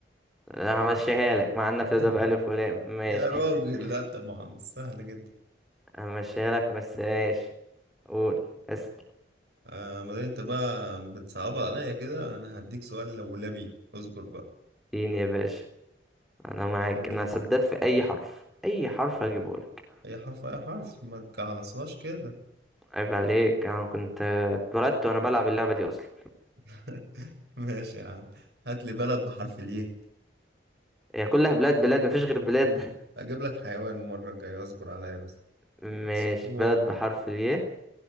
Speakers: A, in the centre; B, on the right (about 65°).
A: لا، همشيها لك مع انها بتبدأ
B: سهلة.
A: بألف ولام ماشي
B: يا راجل
A: <laughs>
B: لا طبعا سهلة جدا
A: همشيها لك بس ماشي قول اسأل
B: آه ما دام انت بقى بتصعبها عليا كده انا هديك سؤال لولبي اصبر بقى
A: سين يا باشا انا معاك
B: عايز
A: انا سددت في اي حرف اي حرف هجيبه لك
B: اي حرف اي حرف ما تجعلصهاش كده
A: عيب عليك انا كنت اتولدت وانا بلعب اللعبة دي اصلا
B: <laughs> ماشي يا عم هات لي بلد بحرف اليه
A: هي كلها بلاد بلاد مفيش غير بلاد <laughs>
B: اجيب لك حيوان المرة الجاية اصبر عليا بس
A: ماشي
B: اصبر
A: بلد بحرف الياء